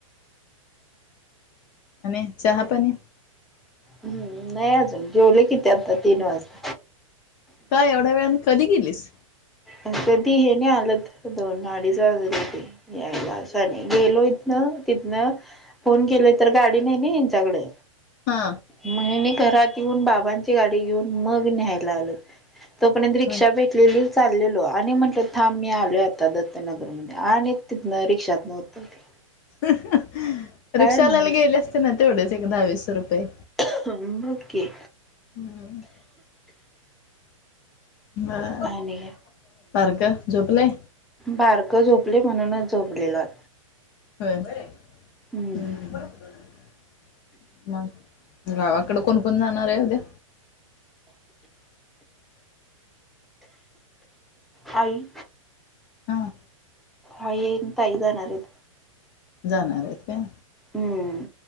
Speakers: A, on the left; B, in the centre.
A: आणि चहा पाणी?
B: हम्म नाही अजून जेवले कि ते आता तीन वाजता.
A: का एवढ्या वेळान कधी गेलीस?
B: अ कधी हे नि हालत दोन अडीच वाजले होते. यायला अस आणि गेलो इथन तिथनं फोन केले तर गाडी नाही ना त्यांच्याकडे
A: हा
B: मग ह्यांनी घरात तुन बाबांची गाडी घेऊन मग न्यायाला आलो तोपर्यंत रिक्षा
A: होय
B: भेटलेली चाललो आ आणि म्हटलं थांब मी आलो आता दत्तनगरमध्ये आणि तिथनं रिक्षातनं उतरले.
A: हं हं रिक्षाला
B: नव्हच
A: गेले असते ना तेवढेच दहावीस रुपये.
B: ह बघ की
A: हम्म बर
B: आणि
A: बारक झोपलय.
B: बारकं झोपलय म्हणूनच झोपलेलो आहे.
A: होय
B: हम्म
A: हू मग गावाकडे कोण कोण जाणार आहे उद्या?
B: आई
A: हा
B: आई ताई जाणार आहेत.
A: जाणार आहेत काय?
B: हम्म